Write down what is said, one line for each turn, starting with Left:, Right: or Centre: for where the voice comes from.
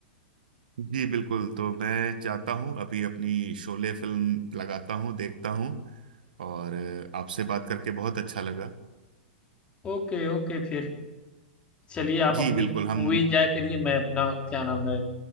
Right: जी बिल्कुल तो मैं चाहता हूँ अभी अपनी शोले फिल्म लगाता हूँ देखता हूँ और आपसे बात करके बहुत अच्छा लगा
Left: ओके ओके फिर चलिए आप
Right: जी
Left: अपनी
Right: बिल्कुल हम
Left: मूवी एंजॉय करिए मैं अपना क्या नाम है